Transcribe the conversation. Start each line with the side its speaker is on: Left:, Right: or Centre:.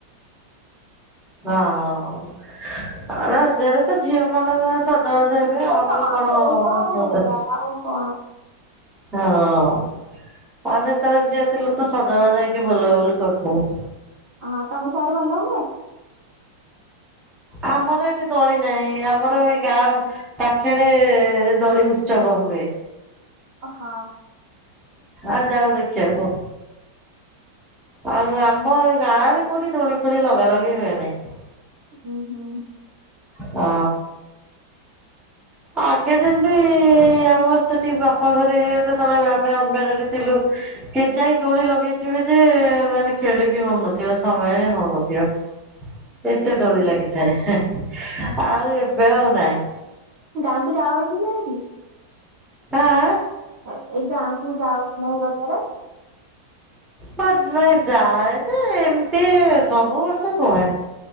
Centre: ହଁ ରଜରେତ ତ ଝିଅ ମାନଙ୍କ ସ ସଜବାଜ ହେବେ
Right: ସେ
Centre: ଆମେ
Right: ହଁ
Centre: କଣ
Right: ସେଇଟା
Centre: ପ୍ରଚା,
Right: ସେଇଟା ଆଉ କଣ
Centre: ହଁ। ଆମେ ଯେତେବେଳେ ଝିଅ ଥିଲୁ ତ ସଜବାଜ ହେଇକି ବୁଲାବୁଲି କରୁଥିଲୁ।
Right: ହଁ ତମ ସିଆଡେ ଭଲ ହୁଏ?
Centre: ଆମର ଏଠି ଦୋଳି ନାହିଁ ଆମର ଏଇ ଗାଁ ପାଖେରେ ଦୋଳି ଉତ୍ସବ ହୁଏ।
Right: ଓ ହଁ।
Centre: ଆଉ ଯାଉ ଦେଖିବାକୁ। ଆଉ ଆମ ଏଇ ଗାଁରେ କୋଉଠି ଦୋଳି ଫୋଳି ଲଗା ଲଗି ହୁଏନାହିଁ।
Right: ଉଁ ହୁଁ।
Centre: ହଁ। ଆଗେ ଯେମିତି-ଇ-ଇ-ଇ-ଇ ଆମର ସେଠି ବାପ ଘରେ ଯେତେବେଳେ ଆମେ ଅନମ୍ୟାରେଡ୍ ଥିଲୁ କେଜାଇ ଦୋଳି ଲଗେଇ ଥିବେ ଯେ-ଏ-ଏ ମାନେ ଖେଳି ବି ହଉନଥିବ ସମୟ ହିଁ ହଉନଥିବ। ଏତେ ଦୋଳି ଲାଗିଥାଏ ହେଁ
Right: ହୁଁ
Centre: ଆଉ ଏବେ ଆଉ ନାହିଁ।
Right: ଗାଁକୁ ଯାଅ କି ନାହିଁ କି?
Centre: ଆଁ ଆଁ?
Right: ଏ ଏଇ ଗାଆଁକୁ ଯାଅ କି ନାହିଁ ରଜରେ?
Centre: ହଁ ନାଇଁ ଯାଏ ଯେ ଏମିତି ସବୁ ବର୍ଷ ନୁହେଁ।